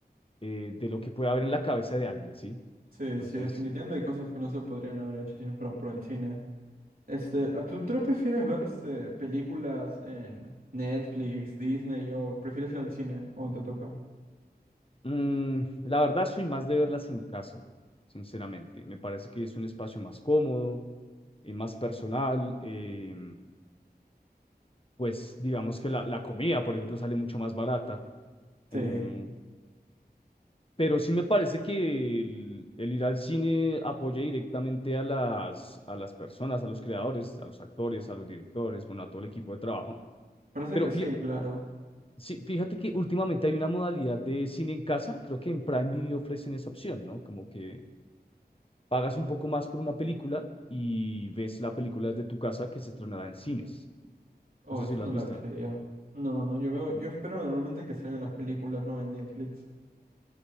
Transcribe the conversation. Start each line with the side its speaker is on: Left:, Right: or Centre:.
Left: eh, de lo que puede haber en la cabeza de alguien, ¿sí?
Right: Sí,
Left: Entonces,
Right: sí, definitivamente hay cosas que no se podrían haber hecho si no fuera por el cine. Este, ¿a ¿tú, tú prefieres ver este, películas en Netflix, Disney o prefieres ir al cine cuando te toca?
Left: mm, la verdad soy más de verlas en casa, sinceramente. Me parece que es un espacio más cómodo eh, más personal. eh, pues digamos que la, la comida, por ejemplo, sale mucho más barata.
Right: Sí,
Left: em, pero sí me parece que el, el ir al cine apoya directamente a las, a las personas, a los creadores, a los actores, a los directores, bueno, a todo el equipo de trabajo.
Right: parece
Left: Pero
Right: que
Left: fí-
Right: sí, claro.
Left: sí, fíjate que últimamente hay una modalidad de cine en casa, creo que en Prime Video ofrecen esa opción, ¿no? Como que pagas un poco más por una película y ves la película desde tu casa que se estrenará en cines.
Right: Oh,
Left: No sé
Right: eso
Left: si lo
Right: no
Left: has visto.
Right: lo avisé yo. No, no, yo veo, yo espero normalmente que salgan las películas, ¿no? En Netflix.